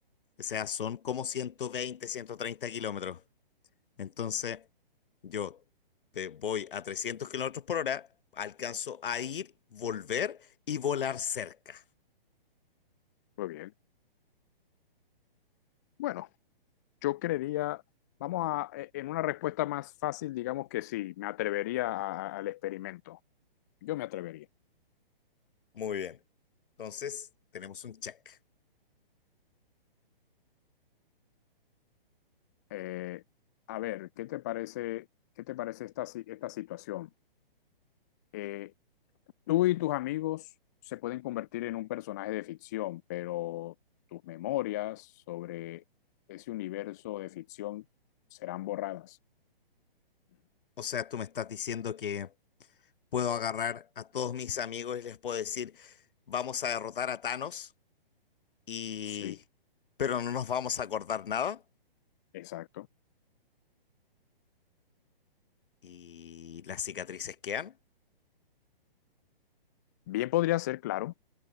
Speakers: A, on the left (about 65°); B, on the left (about 20°).
A: O sea, son como ciento veinte ciento treinta kilómetros. Entonces, yo eh, voy a 300 kilómetros por hora, alcanzo a ir, volver y volar cerca.
B: muy bien. Bueno, yo creería, vamos a, eh, en una respuesta más fácil, digamos que sí, me atrevería a- al experimento. Yo me atrevería.
A: Muy bien. Entonces, tenemos un check.
B: Eh, a ver, ¿qué te parece, qué te parece esta, si- esta situación? Eh, tú y tus amigos se pueden convertir en un personaje de ficción, pero tus memorias sobre ese universo de ficción serán borradas.
A: O sea, tú me estás diciendo que puedo agarrar a todos mis amigos y les puedo decir, vamos a derrotar a Thanos. y...
B: Sí.
A: Pero no nos vamos a acordar nada
B: Exacto.
A: y las cicatrices quedan.
B: Bien podría ser, claro,